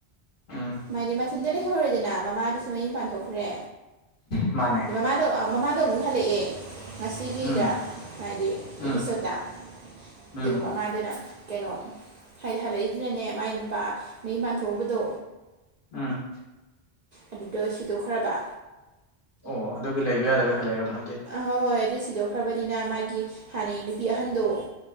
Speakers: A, on the left (about 60°); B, on the right (about 55°).
A: ꯎꯝ
B: ꯃꯥꯗꯤ ꯃꯊꯟꯇ ꯂꯩꯍꯧꯔꯦꯗꯅ ꯃꯃꯥꯗꯨꯁꯨ ꯃꯌꯨꯝ ꯄꯥꯟꯊꯣꯛꯈ꯭ꯔꯦ
A: ꯃꯥꯅꯦ
B: ꯑꯗ ꯃꯃꯥꯗꯣ ꯃꯃꯥꯗꯣ ꯑꯃꯨꯛ ꯍꯜꯂꯛꯑꯦ ꯉꯁꯤꯒꯤꯗ
A: ꯎꯝ
B: ꯍꯥꯏꯗꯤ
A: ꯎꯝ
B: ꯑꯦꯄꯤꯁꯣꯠꯇ
A: ꯎꯝ
B: ꯑꯗꯨꯒ ꯃꯥꯗꯨꯅ ꯀꯩꯅꯣ ꯍꯥꯏꯗꯤ ꯍꯜꯂꯛꯏꯗꯨꯅꯅꯦ ꯃꯥꯏ ꯅꯨꯄꯥ ꯃꯌꯨꯝ ꯄꯥꯟꯊꯣꯛꯎꯕꯗꯣ
A: ꯎꯝ
B: ꯑꯗꯨꯗꯣ ꯁꯤꯗꯣꯛꯈ꯭ꯔꯕ
A: ꯑꯣ ꯑꯗꯨꯒꯤ ꯂꯩꯕ ꯌꯥꯗꯕꯩ ꯍꯜꯂꯛꯏꯔꯥ ꯅꯠꯇꯔꯥ ꯀꯃꯥꯏ ꯇꯧꯔꯤꯅꯣ
B: ꯍꯣꯏ ꯍꯣꯏ ꯍꯣꯏ ꯑꯗꯨꯏ ꯁꯤꯗꯣꯛꯈ꯭ꯔꯕꯅꯤꯅ ꯃꯥꯒꯤ ꯍꯥꯟꯅꯩ ꯅꯨꯄꯤ ꯑꯍꯟꯗꯣ